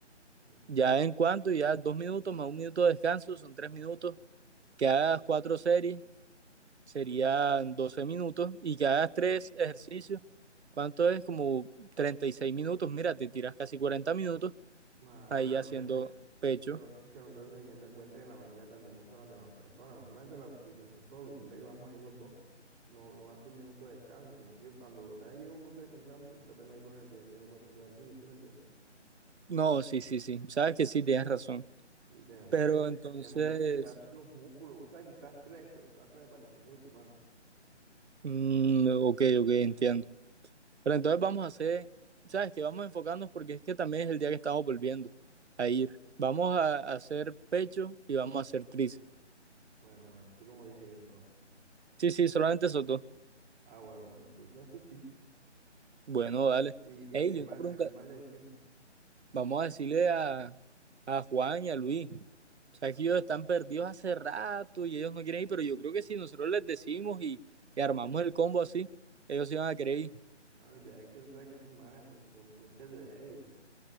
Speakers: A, on the right; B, on the right.
A: Mm,
B: Ya en cuanto, ya dos minutos más un minuto de descanso, son tres minutos. Que hagas cuatro series serían 12 minutos y que hagas tres ejercicios. ¿Cuánto es? Como 36 minutos. Mira, te tiras casi 40 minutos
A: Mano,
B: ahí
A: pero
B: haciendo
A: es que
B: pecho.
A: Que no, que no estás teniendo en cuenta que la máquina también usa a las demás personas, no solamente la utilizas tú solo, y mira que vamos a ir los dos, no, no hace un minuto de descanso, sino que cuando apenas llevo un minuto descansando, yo apenas voy por el primer minuto haciendo ejercicio, ¿sí me entiendes?
B: No, sí, sí, sí. Sabes que sí, tienes razón.
A: Sí, tenemos
B: Pero
A: que,
B: entonces,
A: tenemos que limitar los músculos, o sea, quizás tres, pero cuatro me parece mucho, mano.
B: mm, ok, ok, entiendo. Pero entonces vamos a hacer, ¿sabes que Vamos a enfocarnos porque es que también es el día que estamos volviendo a ir. Vamos a, a hacer pecho y vamos a hacer tríceps.
A: Bueno, bueno, así como dije yo entonces.
B: Sí, sí, solamente eso dos.
A: Ah, bueno, bueno, entonces así sí.
B: Bueno, dale.
A: ¿Y, y
B: Ey,
A: a quién
B: una
A: más,
B: pregunta,
A: a quién más le decimos?
B: Vamos a decirle a, a Juan y a Luis. O sea, que ellos están
A: Ah,
B: perdidos
A: bueno,
B: hace rato y ellos no quieren ir, pero yo creo que si nosotros les decimos y, y armamos el combo así, ellos se van a querer ir.
A: mano, el viaje es que tú sabes que esos manes son tronques de débiles,